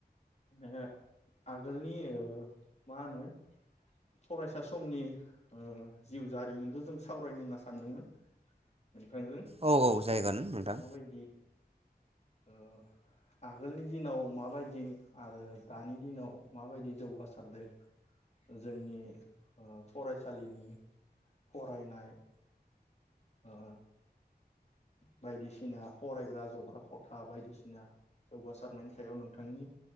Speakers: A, on the left (about 40°); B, on the right (about 35°).
A: नोङो आगोलनि ओ मा होनो फरायसा समनि ओ जिउ जारिमिनखौ जों सावरायनो होनना सानदोंमोन। नोंथांजों माबायदि
B: औ औ जागोन नोंथां
A: ओ आगोलनि दिनाव माबायदि आरो दानि दिनाव माबायदि जौगासारदों जोंनि ओ फरायसालिनि फरायनाय ओ बायदिसिना फरायग्रा जग्रा खथा बायदिसिना जौगासारनायनि सायाव नोंथांनि